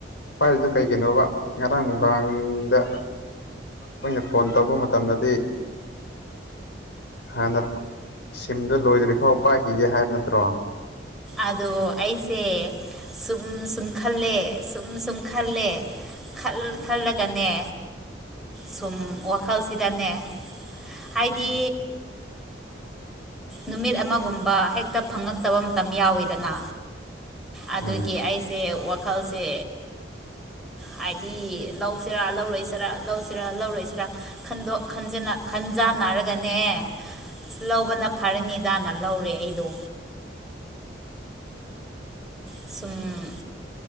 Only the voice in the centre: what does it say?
ꯑꯗꯣ ꯑꯩꯁꯦ ꯁꯨꯝ ꯁꯨꯝ ꯈꯜꯂꯦ ꯁꯨꯝ ꯁꯨꯝ ꯈꯜꯂꯦ ꯈꯜ ꯈꯜꯂꯒꯅꯦ ꯁꯨꯝ ꯋꯥꯈꯜꯁꯤꯗꯅꯦ ꯍꯥꯏꯗꯤ ꯅꯨꯃꯤꯠ ꯑꯃꯒꯨꯝꯕ ꯍꯦꯛꯇ ꯐꯪꯉꯛꯇꯕ ꯃꯇꯝ ꯌꯥꯎꯋꯤꯗꯅ ꯑꯗꯨꯒꯤ
ꯑꯩꯁꯦ ꯋꯥꯈꯜꯁꯦ ꯍꯥꯏꯗꯤ ꯂꯧꯁꯤꯔꯥ ꯂꯧꯔꯛꯏꯁꯤꯔꯥ ꯂꯧꯁꯤꯔꯥ ꯂꯧꯔꯛꯏꯁꯤꯔꯥ ꯋꯈꯟꯗꫭ ꯈꯟꯖꯅ ꯈꯟꯖꯥꯟꯅꯔꯒꯅꯦ ꯑꯁ ꯂꯧꯕꯅ ꯐꯔꯅꯤꯗꯥꯅ ꯂꯧꯔꯦ ꯑꯩꯗꯣ ꯁꯨꯝ